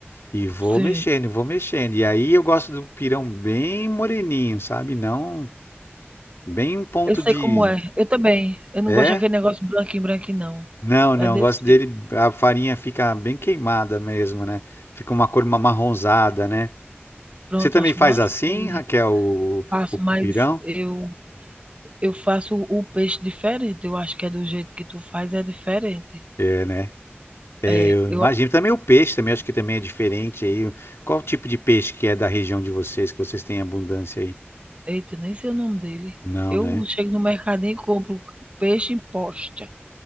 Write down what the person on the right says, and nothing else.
sim.
Eu sei
como é. Eu também. Eu não
gosto daquele negócio branquinho, branquinho, não.
É
desse
jeito.
Pronto,
acho
bom assim.
também.
Faço,
mas eu, eu faço o peixe diferente. Eu acho que é do jeito que tu faz, é diferente.
É,
eu,
eita, nem sei o nome dele.
Eu
chego no mercadinho e compro peixe em posta,